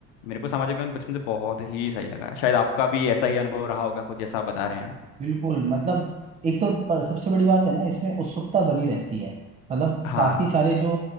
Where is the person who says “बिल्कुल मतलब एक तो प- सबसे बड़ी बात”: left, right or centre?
Right